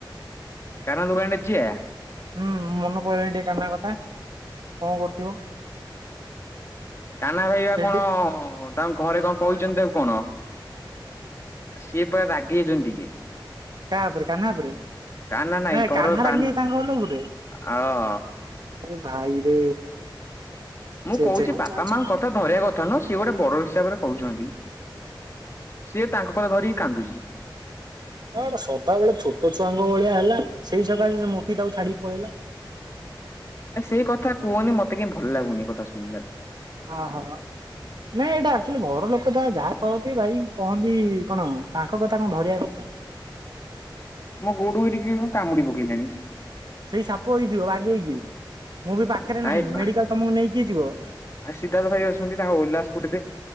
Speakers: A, on the left; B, on the right.
A: କାହ୍ନା ଦୋକାନ୍‌ ରେ ଯିଆ?
B: ହୁଁ, ମନେ ପଇଲାଣି ଟିକେ କାହ୍ନା କଥା, କଣ କରୁଥିବ?
A: କାହ୍ନା ଭାଇପା
B: ସେଠି?
A: କଣ, ତାଙ୍କୁ ଘରେ
B: ଆଚ୍ଛା
A: କଣ
B: କାହା
A: କହିଚନ୍ତି ତାକୁ କଣ? ସିଏ ପୁରା ରାଗି ଯାଇଚନ୍ତି ଟିକେ।
B: କା ଉପରେ କାହ୍ନା ଉପରେ,
A: କାହ୍ନା ନାଇଁ
B: ନାଇ
A: ଘର
B: କାହ୍ନା
A: କାହ୍ନ
B: ରାଗିଯାଇଚି ତାଙ୍କ ଘର ଲୋକ ଉପରେ।
A: ହଁ
B: ଏ ଭାଇରେ
A: ମୁଁ
B: ଛେ
A: କହୁଛି
B: ଛେ ହଁ।
A: ବାପା
B: ଗୋଟେ
A: ମାଙ୍କ କଥା ଧରିବା କଥା ନୁହଁ, ସିଏ ଗୋଟେ ବଡ ହିସାବରେ କହୁଚନ୍ତି। ସିଏ ତାଙ୍କ କଥା ଧରିକି କାନ୍ଦୁଚି।
B: ହଁ, ତ ସଦା ବେଳେ ଛୋଟ ଛୁଆଙ୍କ ଭଳିଆ ହେଲା, ସେଇ ସକାଶେ ସେ ମୋଟି ତାକୁ ଛାଡ଼ିକି ପଳେଇଲା।
A: ନା, ସେ କଥା କୁହନି, ମତେ କାହିଁ ଭଲ ଲାଗୁନି ଏ କଥା ଶୁଣିଲାରୁ।
B: ଅହୋ, ନାଇଁ ଏଇଟା ଆକ୍ଚୁଆଲି ଘର ଲୋକ ତାର ଯାହା କହନ୍ତି ଭାଇ କହନ୍ତି କଣ, ତାଙ୍କ କଥା କଣ ଧରିବା କଥା?
A: ମୋ ଗୋଡ଼କୁ ଏଠି କିଏ କଣ କାମୁଡ଼ି ପକେଇଲାଣି।
B: ସେଇ ସାପ ହେଇଥିବ, ବାଗେଇକି। ମୁଁ ବି ପାଖରେ
A: ନାଇଁ
B: ନାହିଁ,
A: ବା
B: ମେଡିକାଲ୍‌ ତମକୁ ନେଇକି କିଏ ଯିବ?
A: ଆ ସିଦ୍ଧାର୍ଥ ଭାଇ ଅଛନ୍ତି ତାଙ୍କ ଓଲା ସ୍କୁଟିରେ